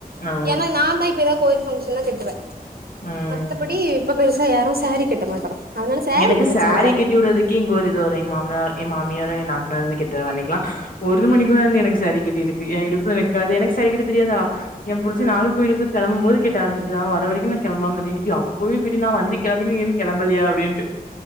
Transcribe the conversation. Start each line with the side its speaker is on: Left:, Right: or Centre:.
Left: ஆமா
Right: ஏன்னா நாந்தா இப்ப எதாவது கோயில் ஃபங்க்ஷன்னா கட்டுவ
Left: ம்
Right: மித்தபடி இப்ப பெருசா யாரு சேரி கட்ட மாட்டோ அதனால சேரீக்கு
Left: எனக்கு
Right: பிரச்சன
Left: சேரி
Right: வராது
Left: கட்டி உடறதுக்கே இங்க ஒரு இதொரே மாமனா எ மாமியாரு எ நாத்தனாரு வந்து கட்டுவாக அன்னிக்கெலா ஒரு மணிக்குலா வந்து எனக்கு சேரி கட்டிருக்கு எ இடுப்புல நிக்காது எனக்கு சேரி கட்ட தெரியாதா எம் புருச
Right: ஆ
Left: நாகர்கோயிலு கெளம்பம் போது கெட்ட ஆரம்பிச்சது அவ வர வரைக்கு நா கெளம்பாம நீடிக்குலா போய்ப்பிடி நா வந்து கெளம்பின நீ இன்ன கெளம்பலையா அப்டின்